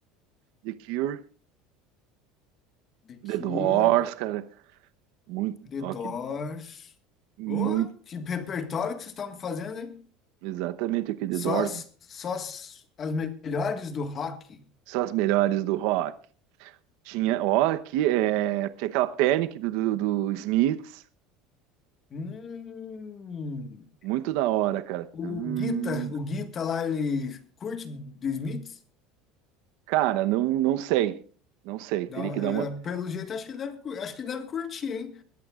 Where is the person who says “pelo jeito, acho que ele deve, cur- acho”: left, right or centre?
Left